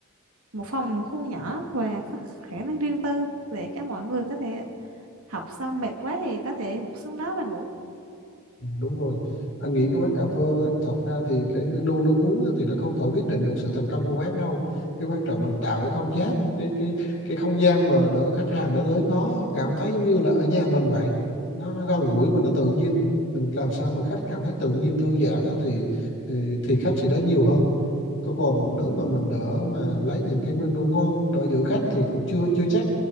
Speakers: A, on the right; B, on the left.
A: một phòng một khu nhỏ và có khả năng riêng tư để các mọi người có thể học xong mệt quá thì có thể gục xuống đó và ngủ
B: đúng rồi anh nghĩ cái quán cà phê ấy, thật ra thì cái menu nước uống ấy, thì nó không thể quyết định được sự thành công của quán đâu cái quan trọng mình tạo cái không gian cái cái cái không gian mà để khách hàng đã đến nó cảm thấy giống như là ở nhà mình vậy nó, nó gần gũi và nó tự nhiên mình làm sao mà khách cảm thấy tự nhiên thư giãn á, thì, thì thì khách sẽ đến nhiều hơn tôi còn nếu mà mình đỡ mà lấy những cái menu ngon đỡ giữ khách thì cũng chưa chưa chắc